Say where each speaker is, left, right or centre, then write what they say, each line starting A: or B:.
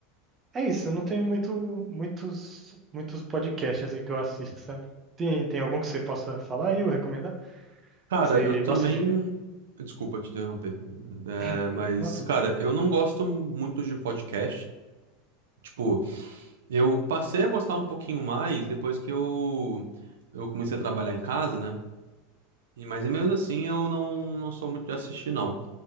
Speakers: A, on the right (about 30°); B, on the right (about 80°).
A: É isso, não tem muito, muitos, muitos podcasts assim que eu assisto, sabe? Tem, tem algum que você possa falar e eu recomendar?
B: Cara,
A: Que você
B: eu também.
A: gosta de ver?
B: Desculpa te interromper. É,
A: <clears throat>
B: mas,
A: Não, tudo
B: cara,
A: bem.
B: eu não gosto muito de podcast. Tipo. Eu passei a gostar um pouquinho mais depois que eu, eu comecei a trabalhar em casa, né? E, mas mesmo assim eu não, não sou muito de assistir, não.